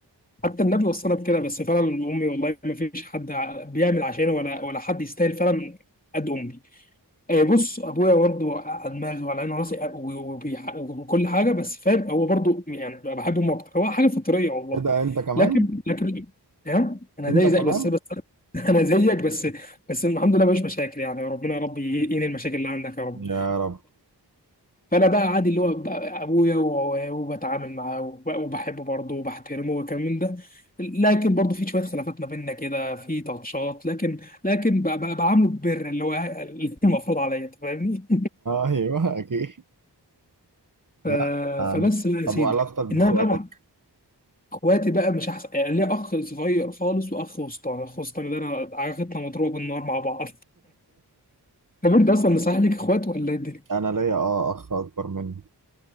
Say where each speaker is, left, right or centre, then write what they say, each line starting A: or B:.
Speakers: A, on the left; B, on the right.
A: حتى النبي وصانا بكده بس فعلا امي والله ما فيش حد ع- بيعمل عشاني ولا ولا حد يستاهل فعلا قد امي آه، بص ابويا برضه على دماغي وعلى عيني وراسي آه، و- وبيح- وكل حاجه بس فاهم هو برضه يعني بحب امه اكتر هو حاجه فطريه والله
B: ايه ده انت كمان
A: لكن لكن ها انا
B: انت
A: زي
B: كمان
A: زي بس بس <laughs> انا زيك بس بس الحمد لله مفيش مشاكل يعني ربنا يا رب ينهي المشاكل اللي عندك يا رب
B: يا رب
A: فانا بقى عادي اللي هو بقى ابويا و- وبتعامل معاه وب- وبحبه برضه وبحترمه وكمان ده لكن برضه في شويه خلافات ما بيننا كده في تاتشات لكن لكن بقى بقى بعامله ببر اللي هو <laughs> اللي المفروض عليا أنت فاهمني
B: ايوه اكيد
A: ف-
B: لا أم.
A: فبس بقى يا
B: طب
A: سيدي
B: وعلاقتك باخواتك
A: انما بقى مع اخواتي بقى مش احسن يعني ليا اخ صغير خالص واخ وسطاني اخ وسطاني ده انا علاقتنا مضروبه بالنار مع بعض <laughs> طب انت اصلا مصحح لك اخوات ولا ايه الدنيا؟
B: انا ليا اه اخ اكبر مني